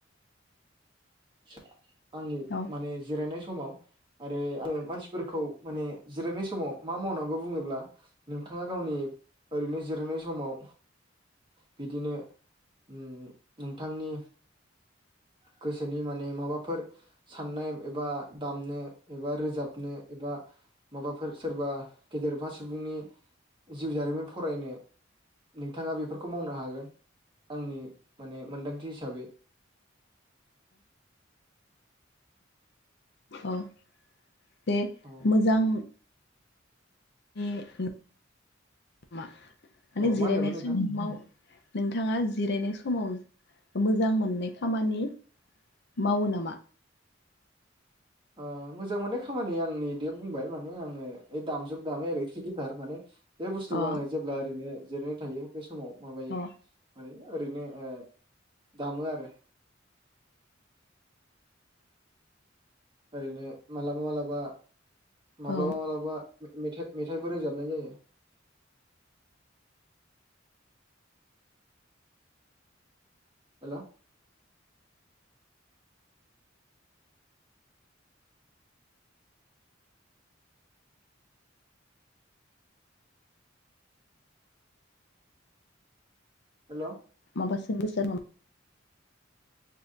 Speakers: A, on the right; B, on the left.
A: आ <inaudible> आंनि
B: औ
A: मानि जिरायनाय समाव आरो आं मानसिफोरखौ माने जिरायनाय समाव मा मावनांगौ बुङोब्ला नोंथाङा गावनि ओरैनो जिरायनाय समाव बिदिनो उम नोंथांनि गोसो नि माने माबाफोर साननाय एबा दामनो एबा रोजाबनो एबा माबाफोर सोरबा गेदेरफा सुबुंनि जिउ जारिमिन फरायनो नोंथांआ बेफोरखौ मावनो हागोन आंनि माने मोन्दांथि हिसाबै
B: औ <inaudible> बे
A: औ
B: मोजां <unintelligible> माने
A: औ
B: जिरायनाय
A: मा होनदोंमोन नोंथां
B: सम आव नोंथाङा जिरायनाय समाव मोजां मोननाय खामानि मावो नामा
A: ओ मोजां मोननाय खामानि आंनि दे बुंबाय माने आङो ओ दामजुग दामो ओरैथ्रि गिटार माने बे बुस्थुखौ
B: अ
A: आङो जेब्ला ओरैनो जिरायनाय थायो बे समाव माबायो
B: अ
A: माने ओरैनो ओ दामो आरो ओरैनो मालाबा मालाबा माब्लाबा
B: औ
A: मालाबा मेथाइ-मेथाइबो रोजाबनाय जायो हेल' हेल'
B: माबा <unintelligible>